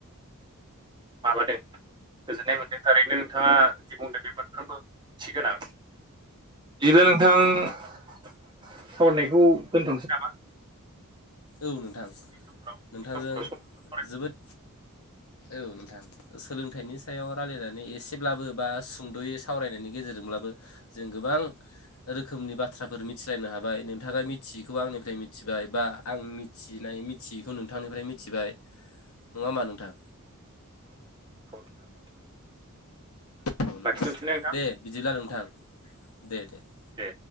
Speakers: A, on the right (about 20°); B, on the left (about 75°).
A: माबादों गोजोननाय मोन्दों थारैनो नोंथाङा जि बुंदों बे मोनफ्रोमबो ओंथिगोनां बिदिब्ला नोंथां सावरायनायखौ दोनथ'नोसै नामा
B: औ नोंथां
A: उननि समफोराव उननि
B: नोंथांजों
A: समफोराव सम मोनोबा सावरायफिनसै
B: जोबोद औ नोंथां सोलोंथाइनि सायाव रायलायनानै एसेब्लाबो बा सुंद'यै सावरायनायनि गेजेरजोंब्लाबो जों गोबां रोखोमनि बाथ्राफोर मिथिलायनो हाबाय नोंथाङा मिथियैखौ आंनिफ्राय मिथिबाय बा आं मिथिनाय मिथियैखौ नोंथांनिफ्राय मिथिबाय नङा होमबा नोंथां
A: ओ नोंथां <unintelligible>
B: नोंथां
A: लाखिथ'नोसैना नोंथां
B: दे बिदिब्ला नोंथां दे दे <unintelligible>
A: दे